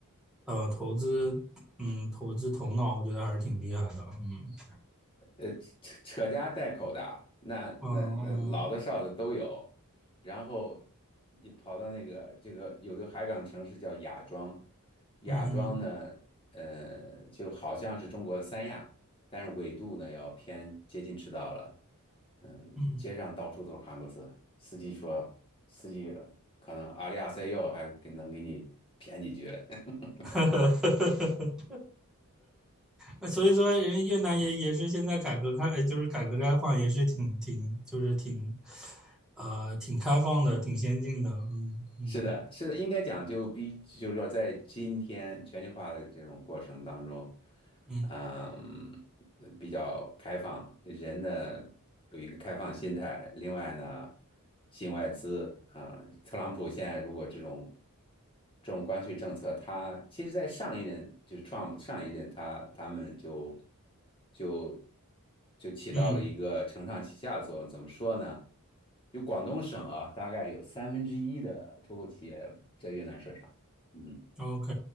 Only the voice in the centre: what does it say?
呃，投资，嗯，投资头脑，我觉得还是挺厉害的，嗯，
嗯
嗯嗯哼，
嗯，
<laughs> 呃所以说，人家越南也也是现在改革开，呃就是改革开放也是挺挺，就是挺，呃，挺开放的，挺先进的，嗯嗯
嗯
嗯
，OK，